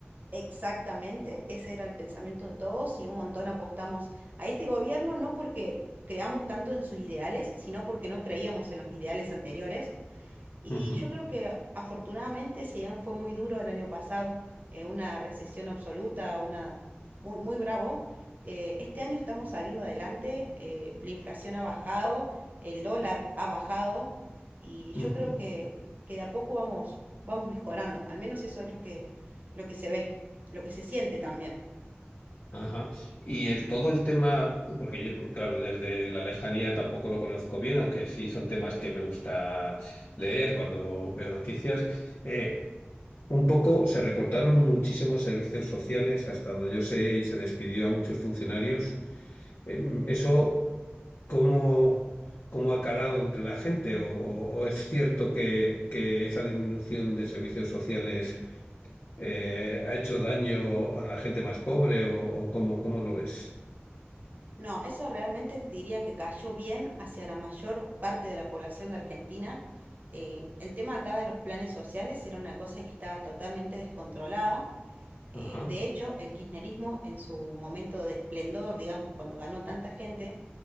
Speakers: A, on the right (about 45°); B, on the left (about 65°).
A: Exactamente, ese era el pensamiento de todos y un montón apostamos a este gobierno, no porque creamos tanto en sus ideales, sino porque no creíamos en los ideales anteriores. Y
B: Ujú,
A: yo creo que a- afortunadamente, si bien fue muy duro el año pasado, eh, una recesión absoluta, una muy, muy bravo, eh, este año estamos saliendo adelante, eh, la inflación ha bajado, el dólar ha bajado, y yo
B: ujú.
A: creo que, que de a poco vamos, vamos mejorando. Al menos eso es lo que, lo que se ve, lo que se siente también.
B: Y- Ajá. Y el todo el tema, porque yo, claro, desde la lejanía tampoco lo conozco bien, aunque sí son temas que me gusta leer cuando veo noticias. eh, un poco se recortaron muchísimos servicios sociales, hasta donde yo sé, y se despidió a muchos funcionarios. Em, eso. ¿Cómo, cómo ha calado entre la gente? ¿O, o- o es cierto que, que esa disminución de servicios sociales eh, ha hecho daño a la gente más pobre? ¿O, o cómo, cómo lo ves?
A: No, eso realmente te diría que cayó bien hacia la mayor parte de la población de Argentina. Eh, el tema acá de los planes sociales era una cosa que estaba totalmente descontrolada. Eh,
B: Ajá,
A: de hecho, el kirchnerismo en su momento de esplendor, digamos, cuando ganó tanta gente,